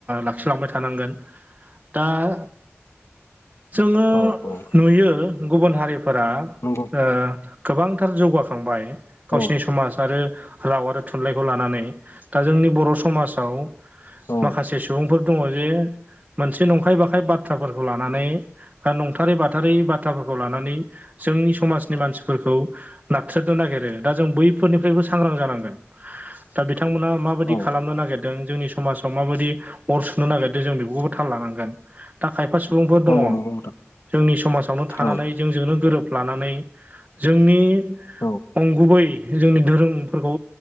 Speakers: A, on the right (about 30°); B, on the left (about 80°).
A: लाखिलांबाय थानांगोन दाया जोंङो
B: औ औ
A: नुयो गुबुन हारिफोरा
B: नंगौ
A: ओ गोबांथार जौगाखांबाय गावसिनि
B: औ
A: समाज आरो ओ राव आरो थुनलाइखौ लानानै दा जोंनि बर' समाजाव
B: औ
A: माखासे सुबुंफोर दङ जे मोनसे नंखाय बाखाय बाथ्राफोरखौ लानानै नंथारै बाथारै बाथ्राफोरखौ लानानै जोंनि समाजनि मानसिफोरखौ नारथ्रनो नागिरो दा जों बैफोरनिफ्रायबो सांग्रां जानांगोनसो। दा बिथांमोना माबायदि
B: औ
A: खालामनो नागिरदों जोंनि समाजाव माबादि अर सुनो नागिरदों जों बेखौबो थाल लानांगोन दा खायफा सुबुंफोर दंङ।
B: औ नंगौ नोंथां
A: जोंनि समाजावनो थानानै
B: औ
A: जोंजोंनो गोरोब लानानै जोंनि
B: औ नंगौ नोंथां औ
A: अंगुबै जोंनि धोरोमफोरखौ